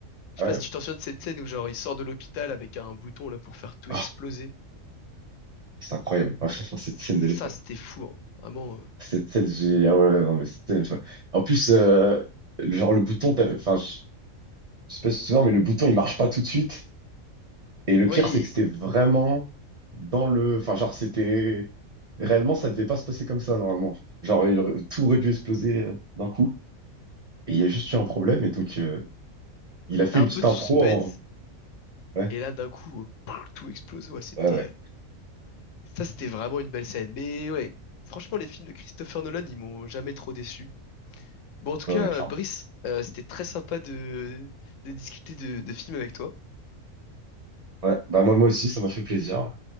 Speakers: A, on the left; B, on the right.
A: Je
B: ah
A: sais pas
B: ouais.
A: si tu t'en souviens de cette scène où genre il sort de l'hôpital avec un bouton là pour faire tout exploser.
B: Oh, c'est incroyable, <laughs>
A: Ça,
B: cette scène de
A: c'était fou, hein. Vraiment. euh.
B: Cette selle, j'ai. Ah ouais, ouais, non, mais c'était. enfin, En plus, euh, le- genre, le bouton, t'avais- enfin, je je sais pas si tu te souviens, mais le bouton, il marche pas tout de suite. Et le
A: Ouais,
B: pire,
A: il-
B: c'est que c'était vraiment dans le. Enfin, genre, c'était. Réellement, ça devait pas se passer comme ça, normalement. Genre, il aurait- tout aurait dû exploser euh, d'un coup. Et il y a juste eu un problème, et donc, euh, il a fait
A: t'as
B: une
A: un
B: petite
A: peu de
B: impro
A: suspense
B: en- Ouais,
A: et là d'un coup, euh, pouf, tout explose. Ouais, c'était
B: ouais, ouais,
A: euh, ça, c'était vraiment une belle scène. Mais ouais, franchement, les films de Christopher Nolan, ils m'ont jamais trop déçu. Bon, en tout
B: ouais,
A: cas,
B: ouais, clairement.
A: euh, Brice, euh, c'était très sympa de de discuter de, de films avec toi.
B: Ouais, bah, moi, moi aussi, ça m'a fait plaisir.